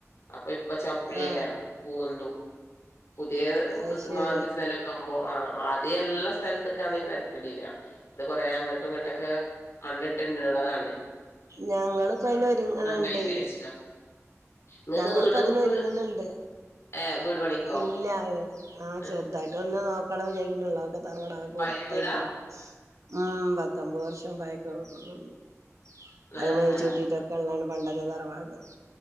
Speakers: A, on the left (about 60°); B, on the right (about 70°).
A: അപ്പ ഇ ഇപ്പ ചപ്പിളിക്കാര
B: ആഹ്
A: പൂരിണ്ടു പുതിയ
B: അത് ശരി
A: മാന്ദ്യ സ്ഥലം കം മ്പോ ആ അത് എല്ലാ സ്ഥലത്തക്കാന്ന് തരക്കടില്ല ത് കൊറേ അങ്ങട്ടും ഇങ്ങട്ടൊക്കെ മണ്ണ്ട്ടള്ളതാണ്
B: ഞങ്ങള് പോ അയ്‌ന് ഒരുങ്ങ്ണ് ണ്ടേ
A: കഴിയട്ടെ വിചാരിച്ചിട്ടാ നിങ്ങക്ക്
B: ഞങ്ങളിപ്പോ
A: വീടും
B: അതിന്
A: കു
B: ഒരുങ്ങുന്നുണ്ട്
A: ഏ വീട് പണിക്കോ
B: ഇല്ല ആ
A: ഏ,
B: ചെറുതായിട്ട് ഒന്ന് നോ കള <unintelligible> തറവാടാ പൊ
A: പഴയ
B: തായിക്ക്‌ണോ
A: വീടാ
B: ആ പത്തൊമ്പത് വർഷം പയക്ക <unintelligible>
A: ആ ആ
B: പണ്ടത്തെ തറവാട്